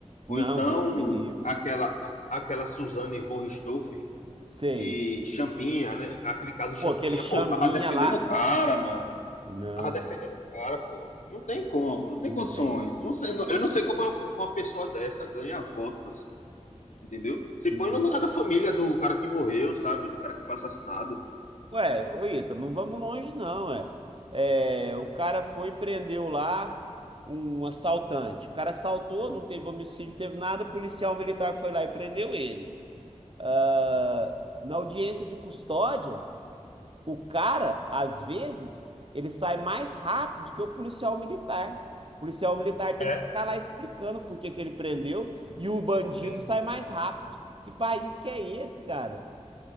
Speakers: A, on the right; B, on the left.
A: Não,
B: Ou então
A: Deus me livre.
B: aquela aquela Suzane von Richthofen
A: Sei.
B: e Champinha, né? Aquele caso Champinha,
A: Pô, aquele chambinha
B: pô, tava defendendo
A: lá.
B: o cara, mano.
A: Não,
B: Tava defendendo o cara, pô. Não tem como, não tem
A: não
B: condições.
A: tem.
B: Não sei, eu não sei como uma pessoa dessa ganha voto, assim, entendeu? Se
A: Hum.
B: põe no lugar da família do cara que morreu, sabe? Do cara que foi assassinado.
A: Ué, ô Ítalo, não vamos longe não, é. É, o cara foi e prendeu lá um assaltante. O cara assaltou, não teve homicídio, não teve nada, o policial militar foi lá e prendeu ele. Ah,
B: Sim.
A: na audiência de custódia, o cara, às vezes, ele sai mais rápido do que o policial militar. O policial militar tem
B: É,
A: que ficar lá explicando por que que ele prendeu e o bandido
B: sim,
A: sai
B: sim.
A: mais rápido. Que país que é esse, cara?